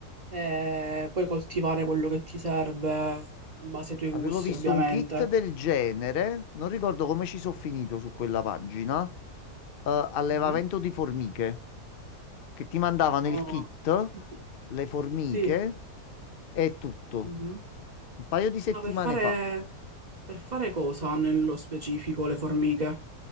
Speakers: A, on the right; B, on the left.
A: e puoi coltivare quello che ti serve in base ai tuoi gusti,
B: Avevo visto
A: ovviamente.
B: un kit del genere, non ricordo come ci sono finito su quella pagina, eh, allevamento
A: Mhm.
B: di formiche, che ti mandavano
A: No.
B: il kit,
A: <laughs>
B: le formiche
A: Sì,
B: e tutto,
A: mhm.
B: un paio di settimane
A: Ma per fare...
B: fa.
A: Per fare cosa nello specifico le formiche?